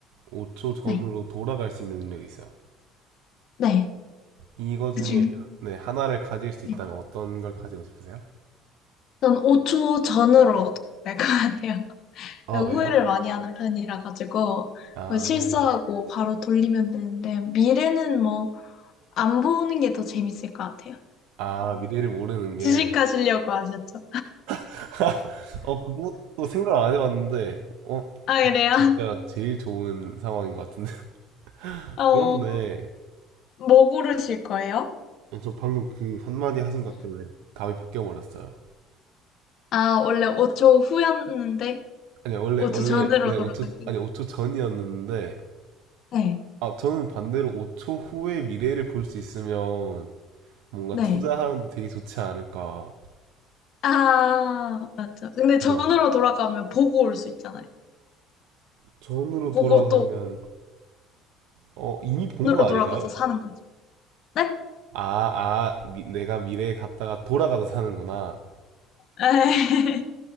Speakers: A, on the right; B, on the left.
A: 5초 전으로
B: 네,
A: 돌아갈 수 있는 능력이 있어요.
B: 네.
A: 이거 중에
B: 그중,
A: 네, 하나를 가질 수
B: 네.
A: 있다면 어떤 걸 가지고 싶으세요?
B: 전 5초 전으로 될 것 같아요. <laughs>
A: 아,
B: 후회를
A: 왜요?
B: 많이 하는 편이라 가지고
A: 아,
B: 뭐 실수하고 바로 돌리면 되는데 미래는 뭐 안 보는 게 더 재밌을 것 같아요.
A: 아, 미래를 모르는 게,
B: 주식하시려고 하셨죠?
A: <laughs> 어, 그것도 생각 안 해봤는데, 어,
B: 아, 그래요?
A: 진짜
B: <laughs>
A: 제일 좋은 상황인 것 같은데. <laughs>
B: 어,
A: 그렇네.
B: 뭐 고르실 거예요?
A: 네, 저 방금 그 한마디 하신 것 때문에 답이 바뀌어 버렸어요.
B: 아, 원래 5초 후였는데
A: 아니 원래
B: 5초
A: 원래
B: 전으로
A: 네 5초
B: 돌아가기.
A: 아니 5초 전이었는데
B: 네,
A: 아 저는 반대로 5초 후의 미래를 볼 수 있으면 뭔가
B: 네.
A: 투자하는데 되게 좋지 않을까.
B: 아, 맞죠. 근데 전으로
A: 그죠?
B: 돌아가면 보고 올 수 있잖아요.
A: 전으로
B: 보고
A: 돌아가면
B: 또
A: 어 이미 본
B: 전으로
A: 거 아닌가요?
B: 돌아가서 사는 거죠. 네?
A: 아, 아, 미- 내가 미래에 갔다가 돌아가서 사는구나.
B: 에이,